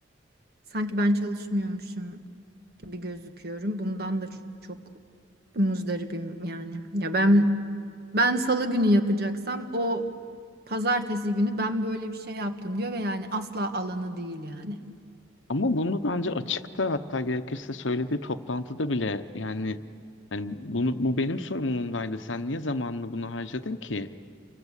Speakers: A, on the right; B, on the left.
A: sanki ben çalışmıyormuşum gibi gözüküyorum. Bundan da çok muzdaribim yani. Ya ben Ben salı günü yapacaksam o pazartesi günü ben böyle bir şey yaptım diyor ve yani asla alanı değil yani.
B: Ama bunu bence açıkta hatta gerekirse söylediği toplantıda bile yani hani bunu bu benim sorumluluğumdaydı. Sen niye zamanını bunu harcadın ki